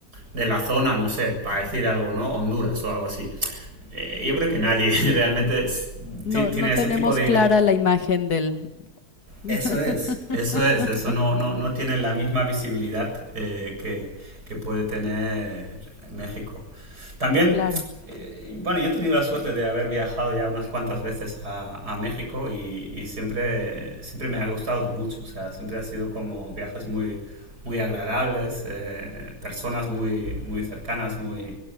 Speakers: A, on the right (about 85°); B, on the left (about 75°).
A: de la zona, no sé, para decir algo, ¿no? Honduras o algo así. Eh, yo creo que nadie <laughs> realmente es-
B: No,
A: ti- tiene
B: no tenemos
A: ese tipo de,
B: clara
A: ide-
B: la imagen del... <laughs>
A: eso es. Eso es, eso no, no, no tiene la misma visibilidad eh, que, que puede tener México. También,
B: Claro.
A: eh, bueno, yo he tenido la suerte de haber viajado ya unas cuantas veces a, a México y, y siempre, siempre me ha gustado mucho, o sea, siempre ha sido como viajes muy, muy agradables, eh, personas muy, muy cercanas, muy,